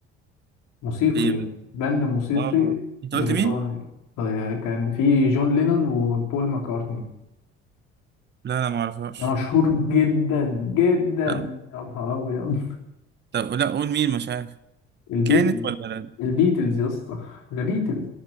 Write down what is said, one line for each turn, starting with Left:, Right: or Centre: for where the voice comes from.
Left: موسيقي
Right: ايه بس؟
Left: باند موسيقي
Right: اه انت
Left: بريطاني
Right: قلت مين؟
Left: آه، كان في جون لينون وبول ماكارتني
Right: لا لا ما اعرفهاش
Left: ده مشهور جدا جدا
Right: لا.
Left: يا نهار أبيض
Right: طب لا قول مين مش عارف
Left: البيتلز
Right: كانت ولا لا
Left: البيتلز يا اسطى ذا بيتلز